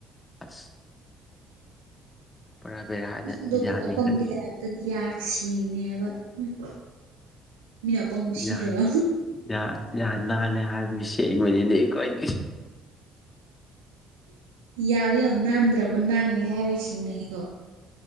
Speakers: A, on the left (about 25°); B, on the right (about 80°).
A: ꯑꯁ
B: <inaudible>
A: ꯄꯨꯔꯥ ꯕꯦꯔꯥꯅꯦ
B: ꯑꯁ ꯑꯗꯨꯕꯨ
A: ꯌꯥꯅꯤ
B: ꯑꯄꯪꯒꯤ
A: ꯈꯜꯂꯤꯁꯦ
B: ꯇꯥꯏꯞꯇꯒꯤ ꯌꯥꯒ ꯁꯦꯡꯉꯤꯅꯦꯕ ꯎꯝ ꯃꯤꯅ ꯑꯄꯪꯕ ꯁꯤꯔꯒ
A: ꯌꯥ ꯌꯥ ꯌꯥ ꯅꯥꯂꯦ ꯍꯥꯏ ꯒꯤ ꯁꯦꯡꯕꯅꯤꯅꯦ ꯑꯩꯈꯣꯏꯗꯤ
B: ꯌꯥꯗꯣ ꯌꯥꯝ ꯅꯥꯟꯗ꯭ꯔꯕ ꯅꯥꯟꯂꯦ ꯍꯥꯏꯕ ꯒꯤ ꯁꯦꯡꯅꯤꯉꯤꯗꯣ